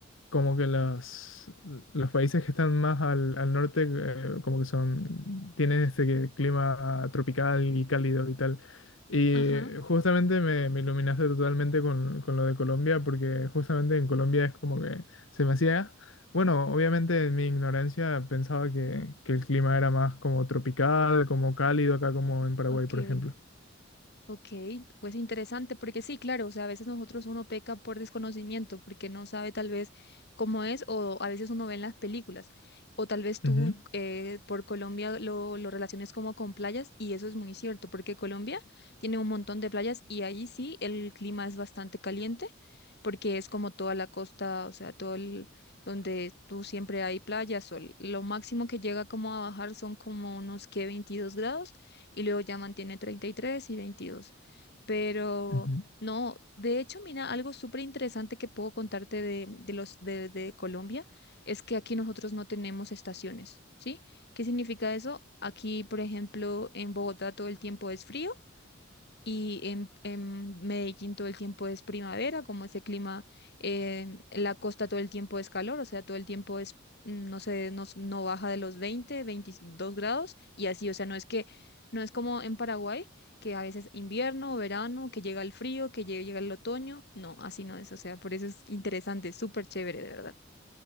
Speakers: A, on the left; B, on the left.
A: como que los, los países que están más al, al norte eh, como que son, tienen este que- clima tropical y cálido y tal. Y
B: Ajá,
A: justamente me, me iluminaste totalmente con, con lo de Colombia, porque justamente en Colombia es como que se me hacía, bueno, obviamente en mi ignorancia pensaba que, que el clima era más como tropical, como cálido acá como en Paraguay,
B: ok.
A: por ejemplo.
B: Ok, pues interesante, porque sí, claro, o sea, a veces nosotros uno peca por desconocimiento, porque no sabe tal vez cómo es, o a veces uno ve en las películas, o tal vez tú
A: Ujú,
B: eh, por Colombia lo, lo relaciones como con playas, y eso es muy cierto, porque Colombia tiene un montón de playas y allí sí el clima es bastante caliente, porque es como toda la costa, o sea, todo el, donde tú siempre hay playas, sol. Lo máximo que llega como a bajar son como unos que 22 grados y luego ya mantiene treinta y tres y veintidós Pero
A: ujú.
B: no, de hecho, mira, algo súper interesante que puedo contarte de, de los de, de Colombia es que aquí nosotros no tenemos estaciones, ¿sí? ¿Qué significa eso? Aquí, por ejemplo, en Bogotá todo el tiempo es frío y en, en Medellín todo el tiempo es primavera, como ese clima, eh, la costa todo el tiempo es calor, o sea, todo el tiempo es, mm, no sé, no, s- no baja de los 20 22 grados y así, o sea, no es que, no es como en Paraguay, que a veces invierno, verano, que llega el frío, que lle- llega, el otoño, no, así no es, o sea, por eso es interesante, súper chévere, de verdad.